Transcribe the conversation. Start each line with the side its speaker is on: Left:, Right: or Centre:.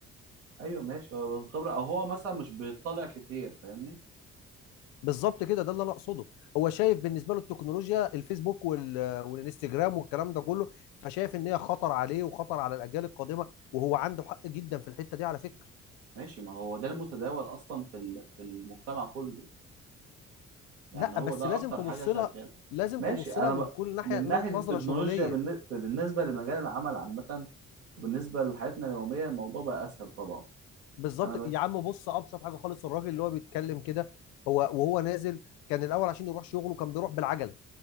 Right: ايوه ماشي هو بالخبره او هو مثلا مش بيطلع كتير فاهمني
Left: بالظبط كده ده اللي انا اقصده هو شايف بالنسبه له التكنولوجيا الفيسبوك وال- والانستجرام والكلام ده كله فشايف ان هي خطر عليه وخطر على الاجيال القادمه وهو عنده حق جدا في الحته دي على فكره
Right: ماشي ما هو ده المتداول اصلا في ال- في المجتمع كله يعني
Left: لا
Right: هو
Left: بس
Right: ده
Left: لازم
Right: اكتر
Left: تبص
Right: حاجه شغاله
Left: لها لازم
Right: ماشي
Left: تبص
Right: انا
Left: لها من
Right: ب...
Left: كل ناحيه
Right: من
Left: ن-
Right: ناحيه التكنولوجيا
Left: نظره شموليه
Right: بالن- بالنسبه لمجال العمل عامه وبالنسبه لحياتنا اليوميه الموضوع بقى اسهل طبعا
Left: بالظبط
Right: انا بك
Left: يا عم بص ابسط حاجه خالص الراجل اللي هو بيتكلم كده هو وهو نازل كان الاول عشان يروح شغله كان بيروح بالعجله